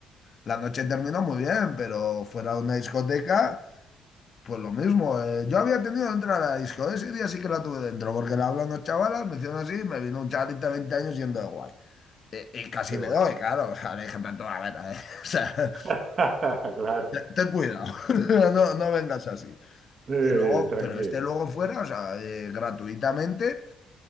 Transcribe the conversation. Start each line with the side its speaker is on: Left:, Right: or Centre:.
Left: la noche terminó muy bien, pero fuera de una discoteca. Pues lo mismo, eh, yo había tenido que entrar a la disco, ese día sí que la tuve dentro, porque le hablé a unos chavalas, me hicieron así, y me vino un chavalito de 20 años yendo de guay. Y, y casi
Right: Qué
Left: le
Right: va.
Left: doy, claro, o sea, le dije, pero tú, a ver, a ver, <laughs> o sea,
Right: <laughs> Claro.
Left: te- ten cuidado, <laughs> no, no vengas así.
Right: Eh,
Left: Y luego,
Right: tranquilo.
Left: pero este luego fuera, o sea, eh, gratuitamente,